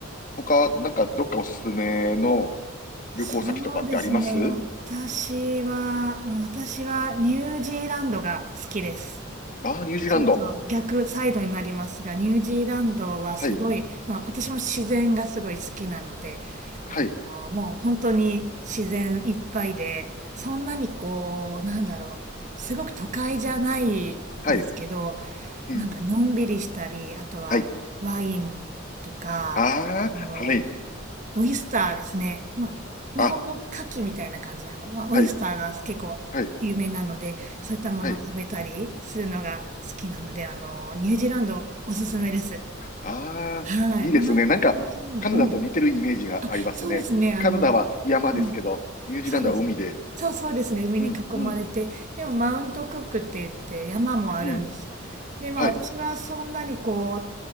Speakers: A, on the left (about 40°); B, on the right (about 40°).
A: 他、なんか、どっかおすすめの
B: そうですね。
A: 旅行先とかってあります
B: 私は、私はニュージーランドが好きです。
A: ああー、ニュージーランド。
B: ちょっと逆サイドになりますが、ニュージーランドはすごい、
A: はい。
B: まあ、私も自然がすごい好きなので、
A: はい。
B: あの、もう本当に自然いっぱいで、そんなにこう、なんだろう、すごく都会じゃないですけど、
A: はい。うん。
B: なんかのんびりしたり、あとはワイン
A: はい。
B: とか、
A: ああ、
B: あの、
A: はい。
B: オイスターですね。まあ、
A: あ、
B: 日本の牡蠣みたいな感じなの、まあ、オイスターが結構有名なので、
A: はい。はい。
B: そういったものを食べたりするのが好きなので、
A: はい。
B: あの、ニュージーランドおすすめです。
A: ああ、
B: はい。
A: いいですね。
B: 同
A: なんか、
B: じように。
A: カナダと似てるイメージがありますね。
B: うん。そうですね。あの、
A: カナダは山ですけど、
B: うん。
A: ニュージーランドは海で。
B: そうです。そうそうですね。海に囲まれて。
A: うん、うん、
B: でも、マウントクックって言って山もあるんですよ。
A: うん。
B: で、まあ私はそんなにこ
A: はい、